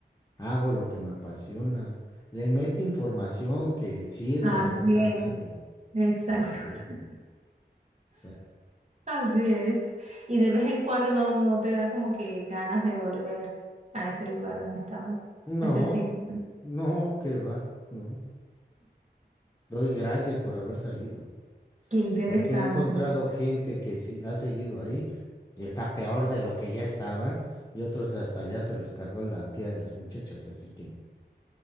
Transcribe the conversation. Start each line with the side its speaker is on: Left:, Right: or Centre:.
Left: hago lo que me apasiona, le meto información que sirva
Right: Así
Left: a esta
Right: es,
Left: madre
Right: exacto.
Left: al cerebro.
Right: <laughs>
Left: o sea,
Right: Así es. Y de vez en cuando no, no te da como que ganas de volver a ese lugar donde estabas,
Left: no,
Right: a ese círculo.
Left: No, qué va, no. Doy gracias por haber salido,
Right: Qué interesante.
Left: porque he encontrado gente que sí ha seguido ahí y está peor de lo que ya estaban, y otros hasta ya se los cargó la tía de las muchachas, así que